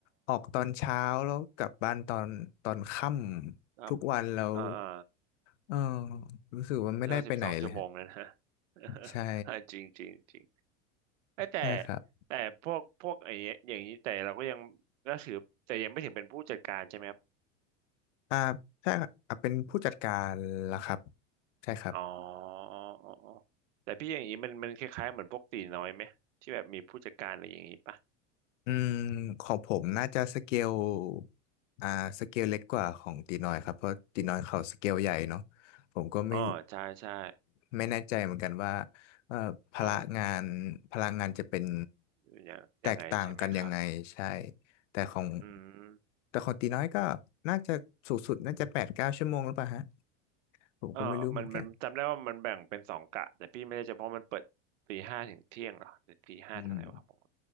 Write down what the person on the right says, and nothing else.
ตั้มอ่าอ่า
ก็สิบสองชั่วโมงเลยนะ <laughs>
อ่าจริงจริงจริงเอ้ยแต่
แต่พวกพวกไอ้เนี้ยอย่างนี้แต่เราก็ยังก็ถือแต่ยังไม่ถึงเป็นผู้จัดการใช่ไหมครับ
อ๋ออ๋ออ๋อแต่พี่อย่างนี้มันมันคล้ายๆเหมือนพวกตีน้อยไหมที่แบบมีผู้จัดการอะไรอย่างนี้ปะ
อ๋อ ใช่ใช่
อ๋ออย่างยังไงใช่ไหมครับ
อืม
เออมันมันจำได้ว่ามันแบ่งเป็นสองกะแต่พี่ไม่ได้จำเพราะมันเปิดตีห้าถึงเที่ยงเหรอหรือตีห้าเท่าไหร่วะผม